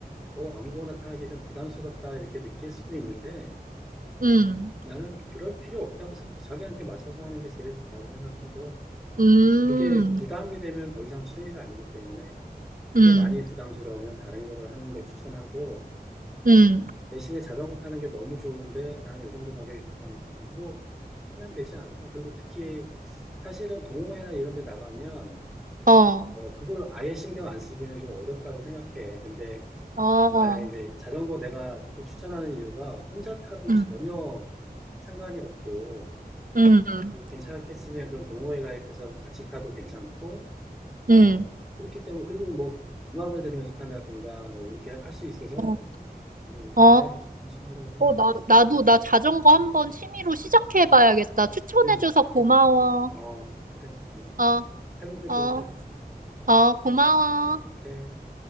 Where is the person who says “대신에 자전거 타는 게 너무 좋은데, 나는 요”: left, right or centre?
Centre